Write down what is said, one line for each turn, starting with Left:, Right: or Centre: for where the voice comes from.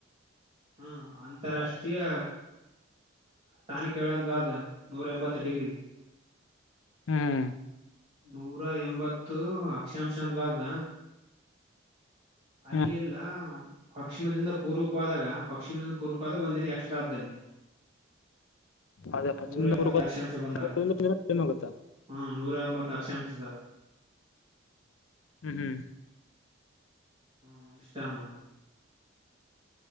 Right: ಹ್ಮ ಅಂತಾರಾಷ್ಟ್ರೀಯ ಸ್ಥಾನಿಿಕ ಹೇಳಂತ ಬ ನೂರ ಎಂಬತ್ತು ಡಿಗ್ರಿ
Left: ಹ್ಮ್
Right: ನೂರ ಎಂಬತ್ತು ಅಕ್ಷಾಂಶದ ಬಾರ್ದ ಅಲ್ಲಿ
Left: ಹ್ಮ್
Right: ಎಲ್ಲ ಪಶಚಿಮದಿಂದ ಪೂರ್ವಕವಾದಾಗ ಪಶ್ಿಮದಿಂದ ಪೂರ್ವಕವಾದಾಗ ಒಂದಿನ ಎಕ್ಸ್ಟ್ರಾ ಅ್ದದಲ್ಲಿ
Left: ಅದೇ ಪಶ್ಚಿಮದಿಂದ
Right: ನೂರ ಎಂಬತ್ತ ಅಕ್ಷಾಂಶ ಬಂದಾಗ
Left: ಪೂರ್ವದಿಂದ ಕಡಿಮೆ ಆಗುತ್ತಾ
Right: ಹ್ಮ ನೂರಂಬತ್ತು ಅಕ್ಷಾಂಶಾಗ
Left: ಹ್ಮ್ ಹ್ಮ್
Right: ಹ್ಮ ಇಷ್ಟಾಂದಣ